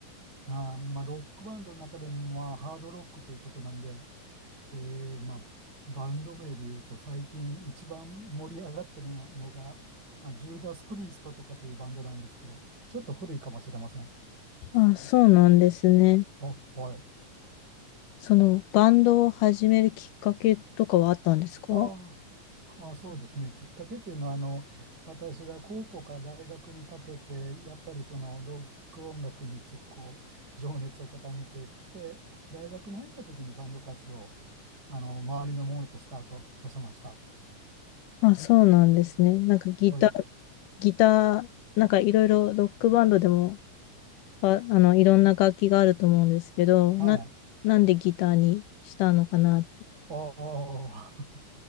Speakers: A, on the right; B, on the left.
A: あー、まあ、ロックバンドの中でも、まあ、ハードロックということなんで、えーまあ、バンド名で言うと最近一番盛り上がってるのが、まあ、ジューダス・プリーストとかというバンドなんですけど、ちょっと古いかもしれません。
B: あ、そうなんですね。
A: あ、はい。
B: そのバンドを始めるきっかけとかはあったんですか
A: ああ、まあ、そうですね。きっかけというのは、あの、私が高校から大学にかけて、やっぱりそのロック音楽に結構情熱を傾けて、大学に入った時にバンド活動を、あの、周りのものとスタートさせました。
B: あ、そうなんですね。なんかギター、
A: はい。
B: ギター、なんかいろいろロックバンドでもあ、あの、いろんな楽器があると思うんですけど、
A: はい。
B: な、なんでギターにしたのかなって。
A: ああ、<laughs>